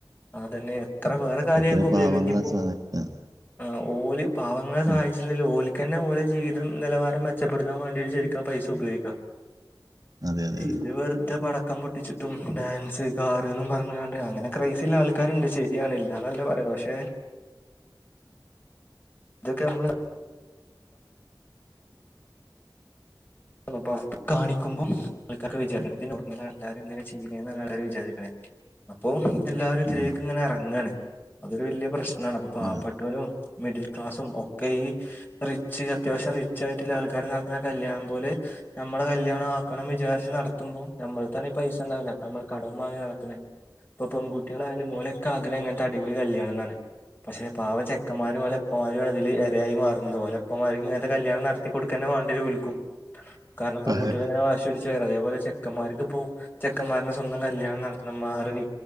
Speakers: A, on the left; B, on the right.
A: അതന്നെ എത്ര വേറെ കാര്യങ്ങക്ക്
B: എത്ര
A: ഉപയോഗിക്കാം
B: പാവങ്ങളെ
A: ഇനിയപ്പോ
B: സഹായിക്കാം
A: ആ ഓല് പാവങ്ങളെ സഹായിച്ചില്ലേലും
B: ഉം
A: ഓല് പിന്നെ ഓലെ ജീവിതം നിലവാരം മെച്ചപ്പെടുത്താൻ വേണ്ടിട്ട് ശരിക്ക്‌ ആ പൈസ ഉപയോഗിക്കാം.
B: അതെ അതെ അതെ
A: ഇത് വെറുതെ പടക്കം പൊട്ടിച്ചിട്ടും ഡാൻസ് കാറ്ന്നും പറഞ്ഞാണ്ട് അങ്ങനൊ ക്രൈസ് ചില ആൾക്കാരുണ്ട് ശരിയാണ് ഇല്ലന്നല്ല പറണ് പക്ഷെ <unintelligible> <unintelligible> കാണിക്കുമ്പം ആൾക്കാർക്ക് വിചാരാണ് ഇത് നോർമലാ എല്ലാരും ഇങ്ങനെ ചെയ്യണേന്ന് ആണ് എല്ലാരും വിചാരിക്കണേ പ്പൊ എല്ലാരും ഇതിലേക്ക്ങ്ങനെ
B: ഉം
A: ഇറങ്ങാണ് അതൊരു വലിയ പ്രശ്നാണ്. അപ്പൊ പാവപ്പെട്ടോനും
B: അതെ
A: മിഡിൽ ക്ലാസ്സും ഒക്കെ ഈ റിച്ച് അത്യാവശ്യം റിച്ച് ആയിട്ടുള്ള ആൾക്കാർ നടത്തുന്ന കല്യാണം പോലെ നമ്മടെ കല്യാണം ആക്കണം വിചാരിച്ച് നടത്തുമ്പോ നമ്മൾതാണെ പൈസ ഉണ്ടാവില്ല നമ്മൾ കടം വാങ്ങി നടത്തണേ പെൺകുട്ടികളായാലും ഓലെക്കെ ആഗ്രഹം ങ്ങനത്തെ അടിപൊളി കല്യാണം ന്നാണ്, പക്ഷെ പാവം ചെക്കന്മാര് ഓലെ ഓലമതില് ഇരയായി മാറുന്നത്‌ ഓലപ്പമാരിക്ക് ഇങ്ങനത്തെ കല്യാണം നടത്തി കൊടുക്കന്നെ വാണ്ട്യരും ഓൽക്കും കാരണം പെൺട്ടികളിങ്ങനെ
B: അതെ
A: വാശി പിടിച്ചു അതേ പോലെ ചെക്കന്മാർക്ക് ഇപ്പോ ചെക്കന്മാരുടെ സ്വന്തം കല്യാണം നടത്തണം മഹർ വി